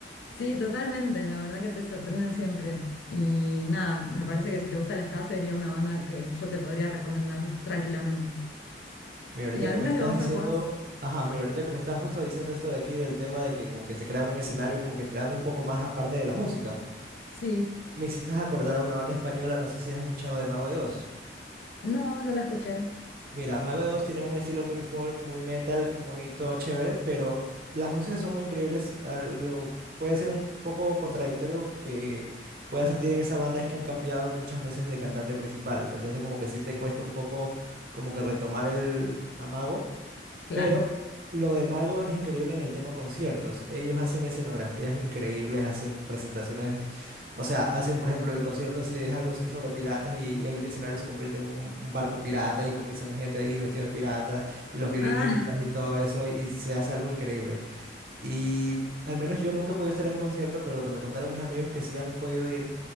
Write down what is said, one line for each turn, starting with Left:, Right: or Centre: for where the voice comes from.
Left: Sí, totalmente, la verdad que te sorprenden siempre. Y nada, me parece que si te gusta el ska sería una banda que yo te podría recomendar tranquilamente.
Right: Mira, ahorita
Left: ¿Y alguna
Right: que me estás
Left: que vos
Right: diciendo,
Left: me puedas?
Right: ajá, mira, ahorita que me estás justo diciendo esto de aquí del tema de que como que se crea un escenario como que te dan un poco más aparte de la música,
Left: Sí.
Right: me hiciste acordar a una banda española, no sé si has escuchado de Mago de Oz.
Left: No, no la escuché.
Right: Mira, Mago de Oz tiene un estilo muy folk, muy metal, muy todo chévere, pero las músicas son muy increíbles. a Lo puede ser un poco contradictorio que puedas sentir en esa banda es que han cambiado muchas veces de cantante principal, entonces como que sí te cuesta un poco como que retomar el amago.
Left: Claro.
Right: Pero lo de Mago es increíble en el tema conciertos. Ellos hacen escenografías increíbles, hacen presentaciones, o sea, hacen, por ejemplo, el concierto si es algo así sobre piratas y el escenario se convierte en un, un barco pirata y comienzan gente ahí vestida de pirata y los violinistas
Left: Ah,
Right: y todo eso y se hace algo increíble. Y al menos yo nunca he podido estar en un concierto, pero lo que me contaron mis amigos que sí han podido ir,